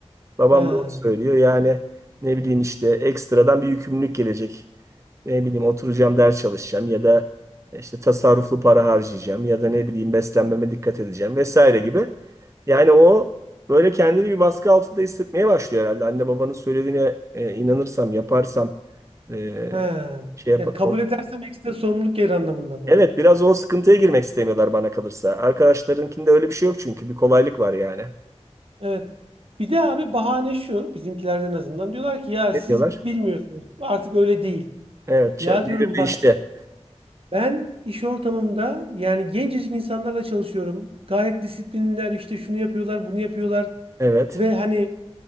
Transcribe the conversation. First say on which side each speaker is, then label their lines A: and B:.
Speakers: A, on the right; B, on the right.
A: Babam
B: ha
A: doğru söylüyor. Yani ne bileyim işte ekstradan bir yükümlülük gelecek. Ne bileyim oturacağım ders çalışacağım ya da işte tasarruflu para harcayacağım ya da ne bileyim beslenmeme dikkat edeceğim vesaire gibi. Yani o böyle kendini bir baskı altında hissetmeye başlıyor herhalde. Anne babanın söylediğine e, inanırsam, yaparsam e,
B: ha
A: şey yapar.
B: yani kabul edersem ekstra sorumluluk gelir anlamında mı?
A: Evet biraz o sıkıntıya girmek istemiyorlar bana kalırsa. Arkadaşlarınkinde öyle bir şey yok çünkü bir kolaylık var yani.
B: Evet. Bir de abi bahane şu bizimkilerden azından diyorlar ki ya
A: Ne
B: siz
A: diyorlar?
B: bilmiyorsunuz artık öyle değil.
A: Evet, ç-
B: Ya diyorum
A: devir
B: bak
A: değişti.
B: ben iş ortamımda yani gencecik insanlarla çalışıyorum. Gayet disiplinler işte şunu yapıyorlar bunu yapıyorlar.
A: Evet.
B: Ve hani